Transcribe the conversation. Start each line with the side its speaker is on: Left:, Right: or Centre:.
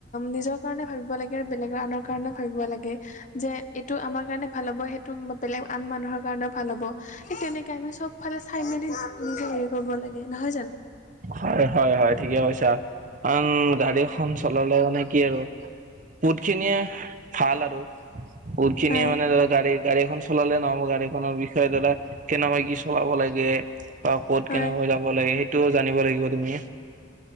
Left: নিজৰ কাৰণে ভাবিব লাগে- হে বেলেগৰ আনৰ কাৰণেও ভাবিব লাগে। যে এইটো আমাৰ কাৰণে ভাল হ'ব সেইটো বেলেগ আন মানুহৰ কাৰণেও ভাল হ'ব। সেই তেনেকাই মানে চবফালে চাই মেলি নিজে হেৰি কৰিব লাগে নহয় জানো।
Right: হয় হয় হয়, ঠিকে কৈছা কাৰন গাড়ী এখন চলালে মানে কি আৰু- বহুতখিনিয়ে ভাল আৰু বহুতখিনি
Left: হয়
Right: মানে ধৰ গাড়ী গাডী এখন- চলালে নহব গাড়ীখনৰ বিষয়ে দাৰা কেনেকা কি চলাব লাগে- বা ক'ত
Left: হয়
Right: কেনেকৈ যাব লাগে সেইটোও জানিব লাগিব তুমি।